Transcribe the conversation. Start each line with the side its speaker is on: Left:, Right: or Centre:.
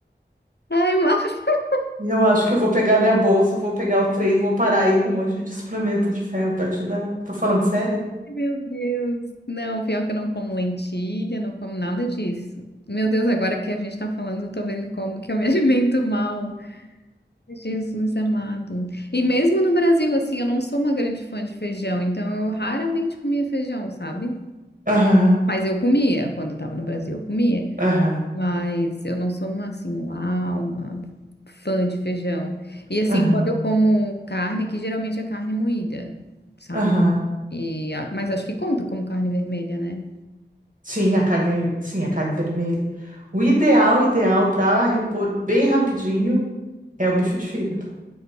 Left: Ai, mal, <laughs>
Right: Eu acho que eu vou pegar minha bolsa, vou pegar o trem, vou parar aí com um monte de suplemento de ferro pra te dar. Tô falando sério?
Left: meu Deus. Não, pior que eu não como lentilha, não como nada disso. Meu Deus, agora que a gente tá falando, eu tô vendo como que eu me <laughs> alimento mal. Jesus amado. E mesmo no Brasil, assim, eu não sou uma grande fã de feijão, então eu raramente comia feijão, sabe?
Right: Aham,
Left: Mas eu comia, quando eu tava no Brasil, eu comia.
Right: aham,
Left: Mas eu não sou uma, assim, uau, uma fã de feijão. E assim,
Right: aham,
Left: quando eu como carne, que geralmente é carne moída, sabe?
Right: aham.
Left: E, a- mas acho que conta como carne vermelha, né?
Right: Sim, a carne, sim, a carne vermelha. O ideal, ideal para repor bem rapidinho é o bife de fígado.